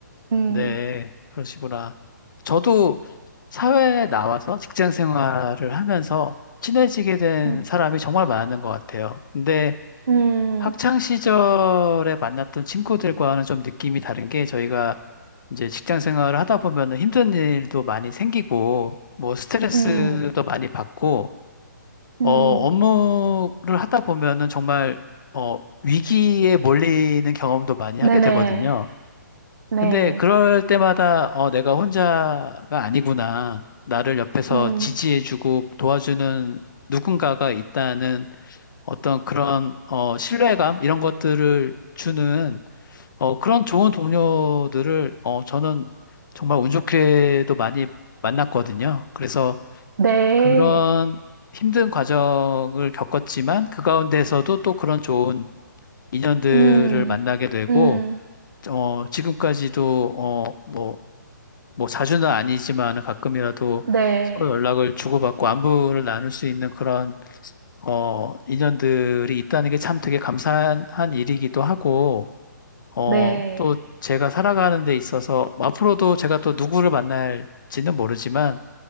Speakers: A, on the right; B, on the left.
A: 음,
B: 네, 그러시구나. 저도 사회에 나와서 직장 생활을 하면서 친해지게 된
A: 음,
B: 사람이 정말 많은 것 같아요. 근데
A: 음,
B: 학창 시절에 만났던 친구들과는 좀 느낌이 다른 게 저희가 이제 직장 생활을 하다 보면 힘든 일도 많이 생기고 뭐 스트레스도
A: 음,
B: 많이 받고 어,
A: 음.
B: 업무를 하다 보면은 정말 어, 위기에 몰리는 경험도 많이
A: 네네.
B: 하게 되거든요.
A: 네.
B: 근데 그럴 때마다 어, 내가 혼자가 아니구나. 나를 옆에서
A: 음,
B: 지지해주고 도와주는 누군가가 있다는 어떤 그런 어, 신뢰감 이런 것들을 주는 어, 그런 좋은 동료들을 어, 저는 정말 운 좋게도 많이 만났거든요. 그래서
A: 네.
B: 그런 힘든 과정을 겪었지만 그 가운데서도 또 그런 좋은 인연들을
A: 음,
B: 만나게 되고
A: 음,
B: 어, 지금까지도 어, 뭐, 뭐 자주는 아니지만 가끔이라도
A: 네,
B: 서로 연락을 주고받고 안부를 나눌 수 있는 그런 어, 인연들이 있다는 게 참 되게 감사한 일이기도 하고 어,
A: 네,
B: 또 제가 살아가는 데 있어서 뭐 앞으로도 제가 또 누구를 만날지는 모르지만